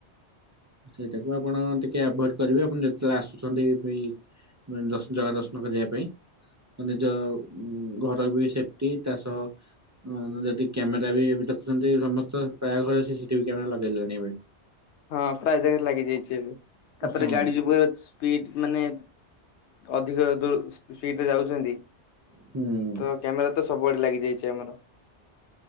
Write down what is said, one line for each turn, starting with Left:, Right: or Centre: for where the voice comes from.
Right: ସେଇଟାକୁ ଆପଣ ଟିକେ ଆଭଏଡ କରିବେ। ଆପଣ ଯେତେବେଳେ ଆସୁଛନ୍ତି ବି ଦଶ ଜାଗା ଦର୍ଶନ କରିବା ପାଇଁ। ତ ନିଜ ଘର ବି ସେଫ୍ଟି ତା ସହ ଯଦି କ୍ୟାମେରା ବି ଦେଖୁଛନ୍ତି ସମସ୍ତ ପ୍ରାୟ ଘରେ ସିସିଟିଭି କ୍ୟାମେରା ଲଗେଇ ଦେଲେଣି ଏବେ।
Left: ହଁ ପ୍ରାୟ ଜାଗାରେ ଲାଗି ଯାଇଛି, ତାପରେ
Right: ହଁ
Left: ଗାଡି ଯୁ ସ୍ପିଡ ମାନେ ଅଧିକ ଦ ସ୍ପିଡରେ ଯାଉଛନ୍ତି।
Right: ହୁଁ।
Left: ତ କ୍ୟାମେରା ତ ସବୁଆଡେ ଲାଗିଯାଇଛି ଆମର।